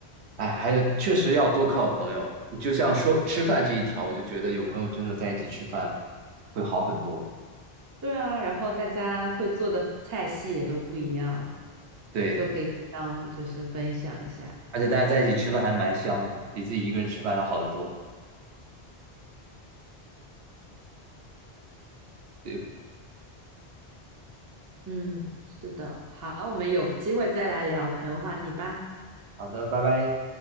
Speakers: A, on the right (about 85°); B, on the right (about 30°).
A: 哎，还有确实要多靠朋友，你就像说吃饭这一条，我就觉得有朋友真的在一起吃饭会好很多。
B: 对啊，然后大家会做的菜系也都不一样，
A: 对，
B: 就可以互相就是分享一下。
A: 而且大家在一起吃饭还蛮香的，比自己一个人吃饭要好得多。对，
B: 嗯，是的，好，我们有个机会再来聊朋友话题吧。
A: 好的，拜拜。